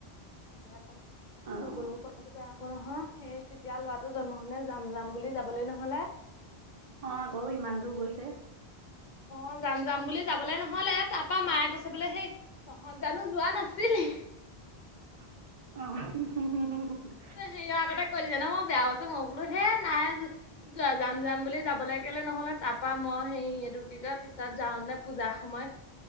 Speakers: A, on the left; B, on the right.
A: এতিয়া আকৌ
B: অঁ
A: নগ'লেও কথাটো বেয়া হ'ব। হ'ব নহয় সেই তেতিয়া ল'ৰাটো জন্ম হওঁতে যাম যাম বুলি যাবলৈ নহ'লে।
B: অ' আকৌ ইমান দূৰ গৈছে।
A: অ' যাম যাম বুলি যাবলে নহ'লে তাৰপা মায়ে কৈছে বোলে সেই তহঁত জানো যোৱা নাছিল। <unintelligible>
B: অ' <unintelligible>
A: হেৰিয়ৰ আগতে কৈ দিছে নহয় মই বেয়া কছো মই বোলো হে নাই যোৱা যাম যাম বুলি যাবলৈ কেলে নহ'লে তাৰাপা মই হেৰি সেইটো কি পিছত যাওঁ নে পূজাৰ সময়ত